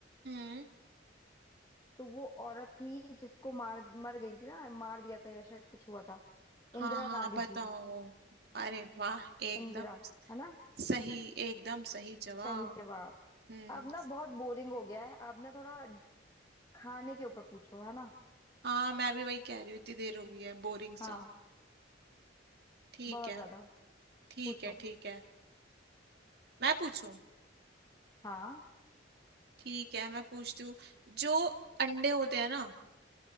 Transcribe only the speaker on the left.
तो वो औरत थी जिसको मार मर गई थी ना मार दिया था या शायद कुछ हुआ था
इंदिरा
गांधी
जी
इंदिरा है ना
सही जवाब
अब ना बहुत बोरिंग हो गया है अब ना थोड़ा खाने के ऊपर पूछो है ना
हाँ
बहुत
ज्यादा
पूछो
हाँ